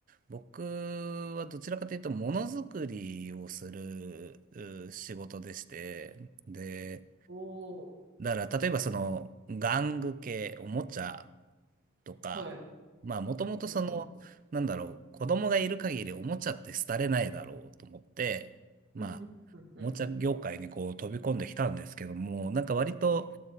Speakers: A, on the right; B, on the right.
A: 僕はどちらかというと、ものづくりをするう仕事でして、で、
B: おー、
A: だから、例えばその、玩具系、おもちゃとか、
B: はい。
A: まあもともとその、
B: うんうん。
A: なんだろう、子供がいる限りおもちゃって廃れないだろうと思って、まあ、
B: うんうん。うんうん。
A: おもちゃ業界にこう飛び込んできたんですけども、なんか割と、